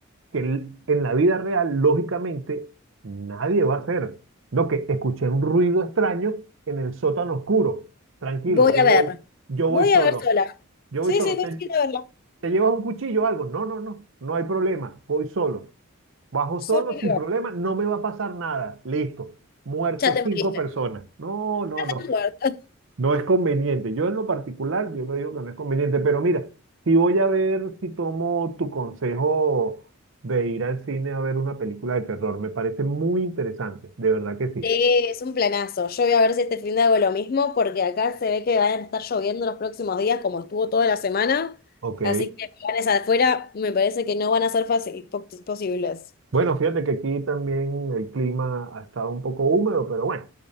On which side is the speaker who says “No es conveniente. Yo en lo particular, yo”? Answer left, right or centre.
Right